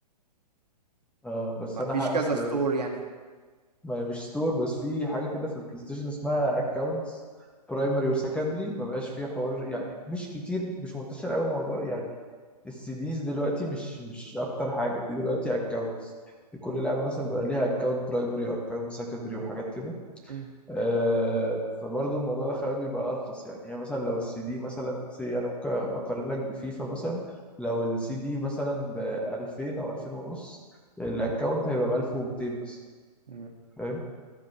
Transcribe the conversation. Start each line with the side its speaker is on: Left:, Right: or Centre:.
Centre: آه بس
Right: مفيش
Centre: انا ح- اصل
Right: كذا ستور يعني
Centre: ما هي مش ستور بس في حاجه كده في البلاي ستيشن اسمها اكونتس برايمري
Right: م-
Centre: وسكندري ما بقاش فيه حوار يعني مش كتير مش منتشر قوي الموضوع يعني السي ديز دلوقتي مش مش اكتر حاجه في دلوقتي اكونتس لكل
Right: م-
Centre: لعبه مثلا بيبقى ليها اكونت برايمري واكونت سكندري وحاجات كده
Right: م-
Centre: آه فبرضه الموضوع ده خلاك بيبقى ارخص يعني هي مثلا لو السي دي مثلا سي انا ممكن اقارن لك بفيفا مثلا لو السي دي مثلا ب 2000 او 2000 ونص الاكونت هيبقى ب 1200 بس
Right: م.
Centre: فاهم